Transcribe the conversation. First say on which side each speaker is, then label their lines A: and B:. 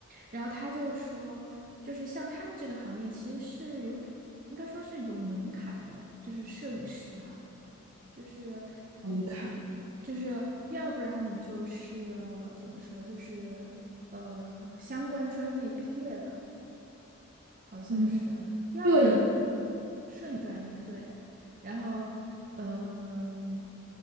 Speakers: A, on the right (about 40°); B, on the right (about 85°).
A: 然后他就说，就是像他们这个行业其实是有比，应该说是有门槛的，就是摄影师哈。就是
B: 门槛，
A: 就是要不然你就是呃怎么说，就是呃相关专业毕业的，好像是，
B: 嗯，
A: 要不然
B: 摄影，
A: 摄影专业对，然后嗯、